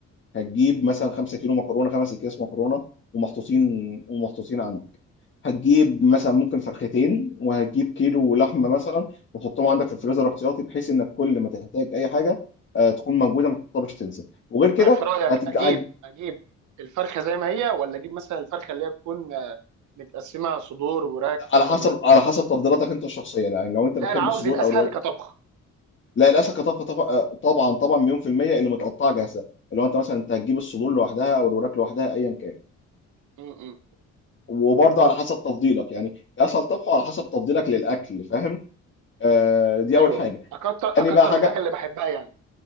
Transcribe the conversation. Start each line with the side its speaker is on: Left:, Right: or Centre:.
Left: هتجيب مثلا 5 كيلو مكرونه 5 اكياس مكرونه ومحطوطين ومحطوطين عندك هتجيب
Right: تمام
Left: مثلا ممكن فرختين وهتجيب كيلو لحمه مثلا وتحطهم عندك في الفريزر احتياطي بحيث انك كل ما تحتاج اي حاجه آه، تكون موجوده ما تضطرش تنسى وغير كده
Right: طيب في رايك
Left: هتج...
Right: اجيب
Left: هت-
Right: اجيب الفرخه زي ما هي ولا اجيب مثلا الفرخه اللي هي بتكون آه، متقسمه صدور وراك
Left: على
Right: الكلام
Left: حسب
Right: ده
Left: على حسب تفضيلاتك انت الشخصيه يعني لو انت
Right: لا
Left: بتحب
Right: انا عاوز
Left: الصدور
Right: الاسهل
Left: او الورق
Right: كطبخ
Left: لا الاسماك طبعا طبعا طبعا طبعاً مليون في الميه اللي متقطعه جاهزه لو انت مثلا انت هتجيب الصدور لوحدها او الوراك لوحدها ايا كان
Right: امم
Left: وبرضه على حسب تفضيلك يعني اسهل طبخه على حسب تفضيلك للاكل فاهم آه دي
Right: ايوه
Left: اول حاجه
Right: اكتر اكتر
Left: تاني بقى حاجه
Right: من الحاجه اللي بحبها يعني